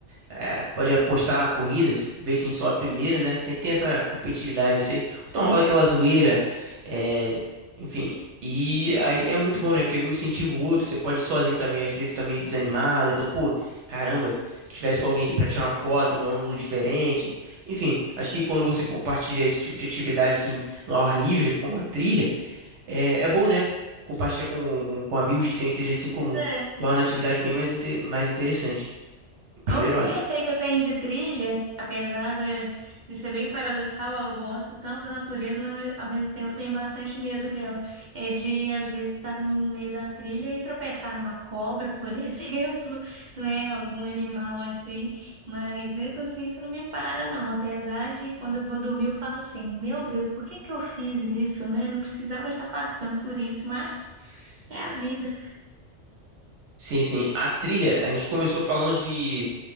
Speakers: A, on the right; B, on the right.
A: É, pode apostar corridas, ver quem sobe primeiro, né? Sempre tem essa competitividade, não sei. Então rola aquela zoeira, é, enfim. E aí é muito bom, né? Porque um incentiva o outro, você pode ir sozinho também, às vezes tá meio desanimado, então, pô, caramba, se tivesse com alguém aqui pra tirar uma foto num ângulo diferente. Enfim, acho que quando você compartilha esse tipo de atividade, assim, no ar livre, como a trilha, é, é bom, né? Compartilhar com, com, com amigos que têm interesse em comum.
B: É,
A: Torna a atividade bem mais, inte- mais interessante, prazerosa.
B: o único receio que eu tenho de trilha, apesar de, de ser bem paradoxal, eu gosto tanto da natureza, mas ao mesmo tempo eu tenho bastante medo dela. É de, às vezes, estar no meio da trilha e tropeçar numa cobra, por <laughs> exemplo, né? Algum animal assim. Mas mesmo assim, isso não me para, não. Apesar de quando eu vou dormir, eu falo assim: meu Deus, por que que eu fiz isso, né? Não precisava estar passando por isso, mas é a vida.
A: Sim, sim. A trilha, a gente começou falando de.